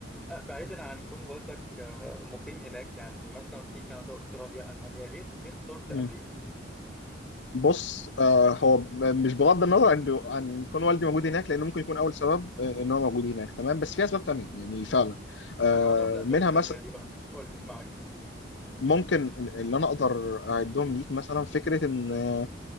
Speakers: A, in the centre; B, on the left (about 70°).
A: آه، بعيدا عن كون والدك آه، مقيم هناك يعني مثلا في كندا استراليا المانيا ليه ليه اخترت
B: امم
A: امريكا
B: بص آه هو مش بغض النظر عن عن كون والدي موجود هناك لان ممكن يكون اول سبب آه، ان هو موجود هناك تمام بس في اسباب تانية يعني فعلا آه
A: انا عاوز اعرف الاسباب
B: منها
A: التانية
B: مثلا
A: دي بقى قول لي معاك
B: ممكن اللي انا اقدر اعدهم ليك مثلا فكره ان آه،